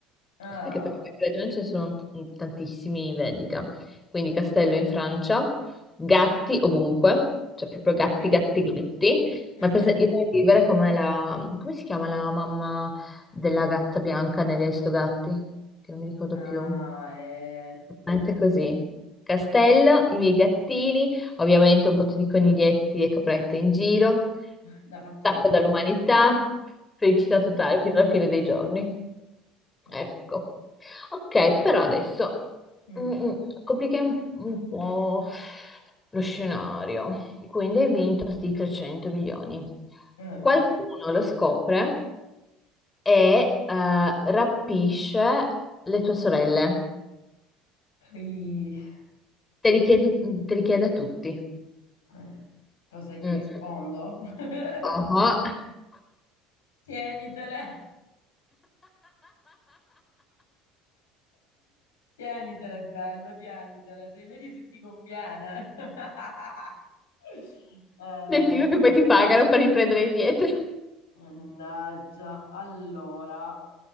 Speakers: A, on the left; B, on the left.
A: Ah,
B: perché per qualche ragione ce ne sono t- mm, tantissimi in vendita. Quindi Castello in Francia, gatti ovunque, cioè proprio
A: ok.
B: gatti, gatti, gatti.
A: <laughs>
B: Ma per esempio, io voglio vivere come la... come si chiama la mamma della gatta bianca negli Aristogatti? Che non mi ricordo
A: Ah,
B: più.
A: eh.
B: Anche così. Castello, i miei gattini, ovviamente un botto di coniglietti e caprette in giro,
A: La fattoria.
B: stacco dall'umanità, felicità totale fino alla fine dei giorni.
A: Mm.
B: Ecco. Ok, però adesso
A: Mm.
B: mm, mm, complichiamo un po' lo scenario. Quindi hai vinto sti 300 milioni.
A: Eh.
B: Qualcuno lo scopre e eh, rapisce le tue sorelle.
A: Poi,
B: Te li chiedi, te li chiede a tutti.
A: eh. Cosa gli
B: Mm.
A: rispondo? <laughs>
B: Oh. <laughs>
A: Tienitele. Tienitele, bello, tienitele. Sei vedi se ti conviene. <laughs> Eh,
B: Del tipo che poi ti pagano per riprendere indietro. <laughs>
A: Mannaggia, allora,